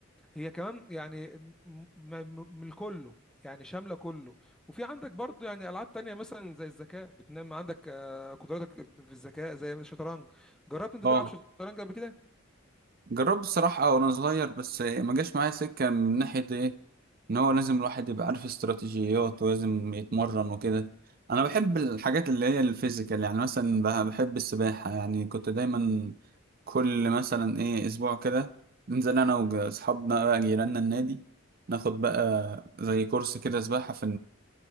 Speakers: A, in the centre; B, on the right.
A: هي كمان يعني م- م- م- من كله يعني شامله كله وفي عندك برضو يعني العاب تانية مثلا زي الذكاء بتنام عندك آه، قدراتك في الذكاء زي الشطرنج جربت انت
B: اه
A: تلعب شطرنج قبل كده؟
B: جربت الصراحة وأنا صغير بس ما جاش معايا سكة من ناحية إيه إن هو لازم الواحد يبقى عارف استراتيجيات ولازم يتمرن وكده أنا بحب الحاجات اللي هي الفيزيكال يعني مثلا بح- بحب السباحة يعني كنت دايما كل مثلا إيه أسبوع كده ننزل أنا وأصحابنا بقى جيراننا النادي ناخد بقى زي كورس كده سباحة في